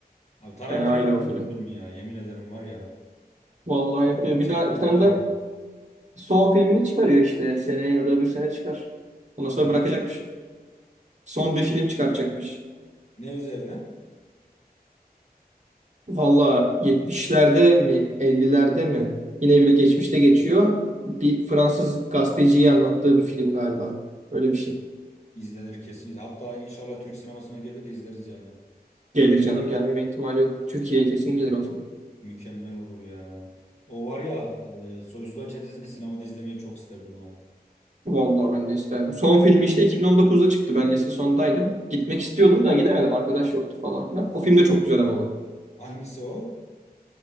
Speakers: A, on the left (about 45°); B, on the right (about 45°).
A: Abi Tarantino
B: fenaydı
A: yapıyor
B: o film.
A: bu filmi ya yemin ederim var ya.
B: Vallahi
A: Bu
B: yapıyor.
A: adam bu
B: Bir
A: sektörde
B: daha bir tane
A: var yani.
B: de son filmini çıkarıyor işte. Seneye ya da öbür sene çıkar. Ondan sonra
A: Neyi?
B: bırakacakmış. Son bir film çıkartacakmış.
A: Ne üzerine?
B: Valla 70'lerde mi 50'lerde mi yine bile geçmişte geçiyor. Bir Fransız gazeteciyi anlattığı bir film galiba. Öyle bir şey.
A: İzlenir kesin izlenir. Hatta inşallah Türk sinemasına gelir de izleriz yani.
B: Gelir canım gelmeme ihtimali yok. Türkiye'ye kesin gelir o film.
A: Mükemmel olur ya. O var ya e, Soysuzlar Çetesi'ni sinemada izlemeyi çok isterdim ha.
B: Vallahi ben de isterdim. Son filmi işte 2019'da çıktı. Ben lise sondaydım. Gitmek istiyordum da gidemedim. Arkadaş yoktu falan filan. O film de çok güzel ama. bu.
A: Hangisi o?